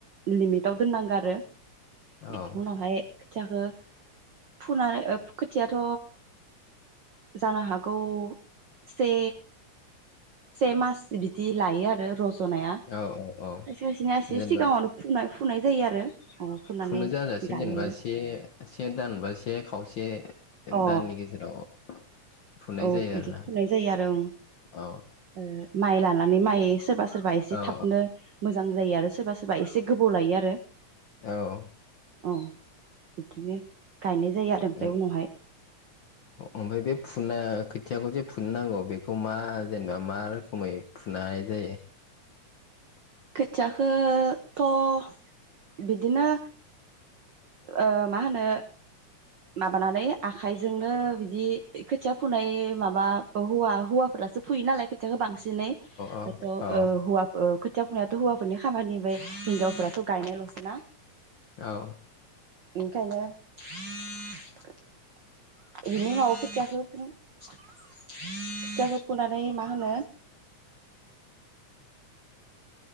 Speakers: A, on the right; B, on the left.
A: लिमिटाव दोननांगौ आरो
B: औ
A: बिनि उनावहाय खोथियाखौ फुनानै खोथियाथ' जानो हागौ से से मास बिदि लायो आरो रज' जनाया
B: औ औ औ
A: खायसे खायसेनिसे
B: जेनेबा
A: सिगाङावनो फुनाय फुनाय जायो आरो उम फुनानै
B: फुनो जाजासिम
A: गायनो
B: जेनेबा से से दानबा से खावसे
A: अ
B: दाननि गेजेराव <inaudible> फुनाय
A: औ
B: जायो
A: बिदि
B: आरोना
A: फुनाय जायो आरो ओं
B: औ
A: ओ माइ लानानै माइ सोरबा सोरबा एसे
B: औ
A: थाबनो मोजां जायो आरो सोरबा सोरबा एसे गोबाव लायो आरो।
B: औ
A: औ बिदिनो गायनाय जायो आरो ओमफ्राय
B: ओ उम
A: उनावहाय
B: ओमफ्राय बे फुना खोथियाखौ जे फुननो नांगौ बेखौ मा जेनेबा मा रोखोमै फुनाय जायो?
A: खोथियाखौथ' बिदिनो ओ मा होनो। माबानानै आखायजोंनो बिदि खोथिया फुनाय माबा हौवा हौवाफोरासो फुययो नालाय खोथियाखौ बांसिन सिनै थ'
B: औ
A: ओ
B: औ
A: हौवा खोथिया फुनायाथ' हौवाफोरनि खामानि ब <inaudible> हिनजावफोरथ' गायनायल'सो ना
B: औ
A: ओनिखायनो बिनि उनाव खोथियाखौ फुनो खोथियाखौ फुनानै मा होनो?